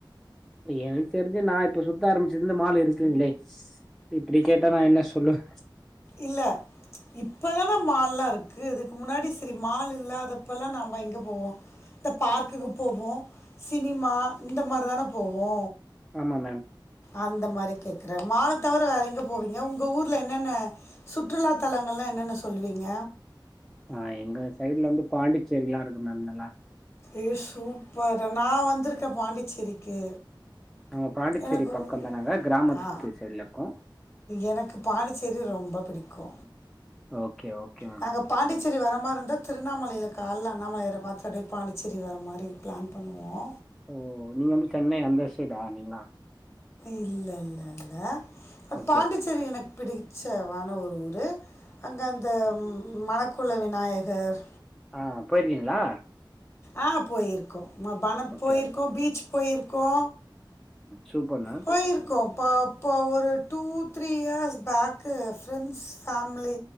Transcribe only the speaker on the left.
இல்ல இப்பதான மால்லா இருக்கு இதுக்கு முன்னாடி சரி மால் இல்லாதப்பல்லா நாம எங்க போவோ இந்த பார்க்குக்கு போவோ சினிமா இந்த மாரி தான போவோ
அந்த மாரி கேக்குற மால தவிர வேற எங்க போவீங்க உங்க ஊர்ல என்னென்ன சுற்றுலா தலங்கள்லா என்னென்ன சொல்வீங்க
ஏ சூப்பர் நா வந்துருக்கே பாண்டிச்சேரிக்கு
எனக்கு
ஆ
எனக்கு பாண்டிச்சேரி ரொம்ப பிடிக்கூ
நாங்க பாண்டிச்சேரி வர மார்ருந்தா திருண்ணாமலையில கால அண்ணாமலையார பாத்துட்டு அப்டியே பாண்டிச்சேரி வர மாரி பிளான் பண்ணுவோ
இல்ல இல்ல இல்ல
பாண்டிச்சேரி
எனக்கு பிடிச்ச வான ஒரு ஊரு அந்த அந்த ம் மணக்குள விநாயகர்
ஆ போய்ர்க்கோ ம பண
போய்ர்க்கோ
பீச் போய்ர்க்கோ
போயிருக்கோ ப்பா ப்பா ஒரு two three years back friends family